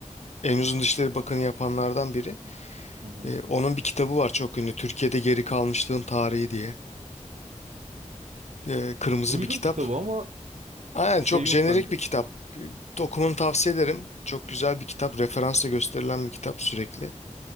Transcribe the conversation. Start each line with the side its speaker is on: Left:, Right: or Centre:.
Left: En uzun Dışişleri Bakanı yapanlardan biri.
Right: Hı hı.
Left: Eee, onun bir kitabı var çok ünlü. Türkiye'de Geri Kalmışlığın Tarihi diye. Eee, kırmızı
Right: Duydum
Left: bir kitap.
Right: kitabı ama
Left: Aynen
Right: şey
Left: çok
Right: yok
Left: jenerik
Right: bende.
Left: bir kitap. Eee, Okumanı tavsiye ederim. Çok güzel bir kitap. Referansla gösterilen bir kitap sürekli.